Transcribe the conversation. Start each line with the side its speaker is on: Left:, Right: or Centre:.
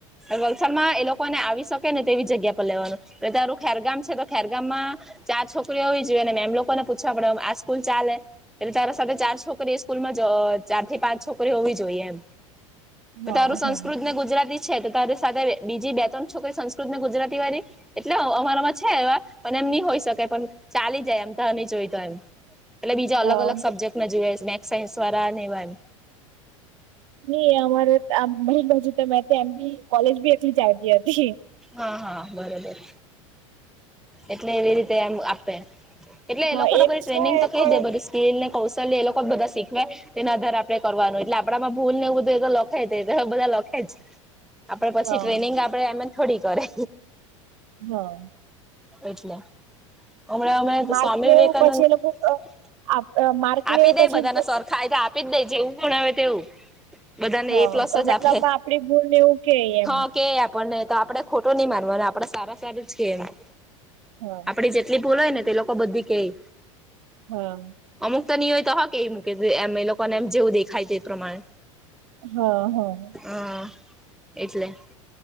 Centre: વલસાડમાં એ લોકોને આવી શકે ને તેવી જગ્યા પર લેવાનું. તારું ખેરગામ છે તો ખેરગામમાં ચાર છોકરીઓ હોવી જોઈએ ને મેમ લોકોને પૂછવા પડે આ સ્કૂલ ચાલે એટલે ચારા સાથે ચાર છોકરી સ્કૂલમાં ચાર થી પાંચ છોકરીઓ હોવી જોઈએ એમ. તો
Right: હા
Centre: તારું સંસ્કૃત
Right: હા
Centre: ને ગુજરાતી છે તો તારી સાથે બીજી બે ત્રણ છોકરી સંસ્કૃત ને ગુજરાતી વાળી એટલે અમારામાં છે એવા પણ એમ નહી હોય શક પણ ચાલી જાય એમ તો ન જોય તો એમ એટલે બીજા
Right: હા
Centre: અલગ અલ સબ્જેક્ટમાં જોઈ મેથસ સાયન્સ વાળાને એવા
Right: ન અમારે અમારી બાજુ તમે એમ બી કોલેજ બી એકલી ચાલતી હતી.
Centre: હા હા બરોબર એટલે એવી રીતે એમ આપે એટલે
Right: હા
Centre: એ લોકોને
Right: એક
Centre: બધી ટ્રેનિંગ
Right: છે
Centre: તો કહી
Right: પણ
Centre: દે બધ ને કૌશલ્ય એ લોકો જ બધા શીખવે એના આધારે આપડે કરવાનું એટલે આપણામાં ભૂલ ને એવ બધું લખાય છે બધા લખે આપડે પછી
Right: હા
Centre: ટ્રેનિંગ આપડે એમ થોડી કરે.
Right: હા
Centre: એટલે હમણા અમે
Right: માર્ક
Centre: સ્વામી
Right: ને
Centre: વિવેકાનંદ
Right: એવું પછી એ લોકો આપ માર્ક
Centre: આપી
Right: ને એવું
Centre: દઈ
Right: પછી
Centre: બધાના સ્ ફાયદા આપી જ દઈ જેવું પણ હ તેવું બધાને
Right: હા
Centre: એ પ્લસ
Right: પણ
Centre: જ
Right: મતલબમાં
Centre: આપે
Right: આપડી ભૂલ ને એવું કે એમ
Centre: હા કે આપે પણ ને તો આપડણે ખોટો નહી માનવા અને આપડે સારા સારું જ કે એ
Right: હા
Centre: આપડી જેટલી ભૂલો હોય ને તે લોકો બધી કેય.
Right: હા
Centre: અમુક તો નિ હોય તો હ કે એ મૂકે એમ એ લોકોને એમ જેવું દેખાય તો એ પ્રમાણે
Right: હા હા
Centre: હમ એટલે